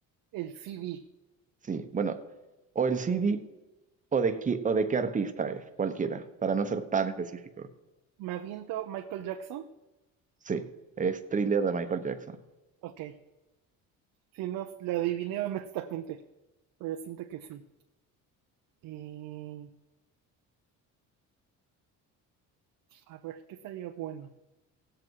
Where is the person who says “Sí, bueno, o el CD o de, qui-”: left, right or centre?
Right